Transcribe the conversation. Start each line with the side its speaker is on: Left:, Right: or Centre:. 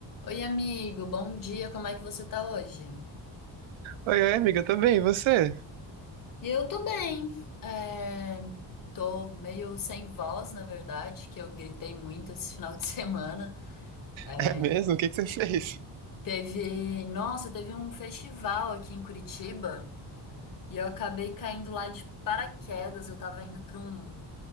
Left: Oi, amigo, bom dia, como é que você tá hoje?
Right: Oi, oi, amiga, tá bem? E você? <laughs>
Left: Eu tô bem. É, tô meio sem voz, na verdade, que eu gritei muito esse final de <laughs> semana. É,
Right: É mesmo? O que que você fez?
Left: Teve, nossa, teve um festival aqui em Curitiba e eu acabei caindo lá de paraquedas. Eu tava indo pra um